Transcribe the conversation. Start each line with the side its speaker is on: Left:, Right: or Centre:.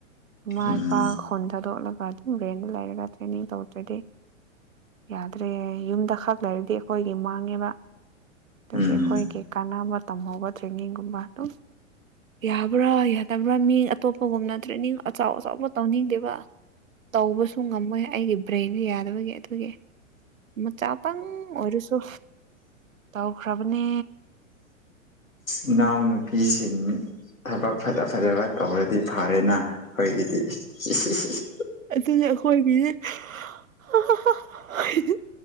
Right: ꯏꯃꯥ
Left: ꯎꯝ
Right: ꯏꯄꯥ ꯈꯨꯟ ꯊꯥꯗꯣꯛꯂꯒ ꯔꯦꯟꯗ ꯂꯩꯔꯒ ꯇ꯭ꯔꯦꯅꯤꯡ ꯇꯧꯗ꯭ꯔꯗꯤ ꯌꯥꯗ꯭ꯔꯦ ꯌꯨꯝꯗ ꯈꯛ ꯂꯩꯔꯗꯤ ꯑꯩꯈꯣꯏꯒꯤ ꯃꯥꯡꯉꯦꯕ ꯑꯗꯨꯒꯤ
Left: ꯎꯝ
Right: ꯑꯩꯈꯣꯏꯒꯤ ꯀꯥꯟꯅꯕ ꯇꯝꯍꯧꯕ ꯇ꯭ꯔꯦꯅꯤꯡꯒꯨꯝꯕ ꯑꯗꯨꯝ ꯌꯥꯕ꯭ꯔꯥ ꯌꯥꯗꯕ꯭ꯔꯥ ꯃꯤ ꯑꯇꯣꯞꯄꯒꯨꯝꯅ ꯇ꯭ꯔꯦꯅꯤꯡ ꯑꯆꯥꯎ ꯑꯆꯥꯎꯕ ꯇꯧꯅꯤꯡꯗꯦꯕ ꯇꯧꯕꯁꯨ ꯉꯝꯃꯣꯏ ꯑꯩꯒꯤ ꯕ꯭ꯔꯦꯟ ꯌꯥꯗꯕꯒꯤ ꯑꯗꯨꯒꯤ ꯃ ꯆꯥꯄꯥꯥꯡ ꯑꯣꯏꯔꯁꯨ ꯇꯧꯈ꯭ꯔꯕꯅꯦ
Left: ꯏꯅꯥꯎꯅꯨꯄꯤꯁꯤꯡ ꯊꯕꯛ ꯐꯖ ꯐꯖꯕ ꯇꯧꯔꯗꯤ ꯐꯔꯦꯅ ꯑꯩꯈꯣꯏꯒꯤꯗꯤ ꯏꯁ ꯏꯁ
Right: ꯑꯗꯨꯅ ꯑꯩꯈꯣꯏꯒꯤꯗꯤ <unintelligible>